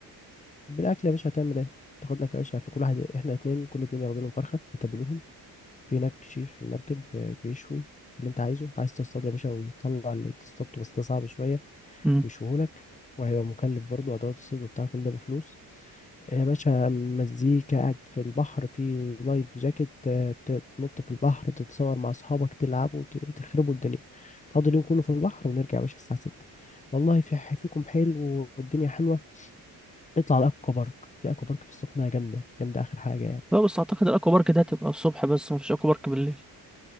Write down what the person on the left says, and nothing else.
بالاكل يا باشا هتعمل ايه تاخد لك يا باشا في كل واحد احنا اتنين كل اتنين ياخدوا لهم فرخه يتبلوهم في هناك شيف في المركب بيشوي اللي انت عايزه عايز تصطاد يا باشا ويطلع اللي تصطاده بس ده صعب شويه
ويشوهولك وهيبقى مكلف برضه أدوات الصيد وبتاع كل ده بفلوس آه، يا باشا مزيكا قاعد في البحر في لايف جاكيت آه، ت- تنط في البحر تتصور مع أصحابك تلعبوا ت- تخربوا الدنيا تقضي اليوم كله في البحر ونرجع يا باشا الساعة ستة والله في ح- فيكم حلو والدنيا حلوة نطلع على الأكوا بارك في أكوا بارك في السخنة جامدة جامدة آخر حاجة يعني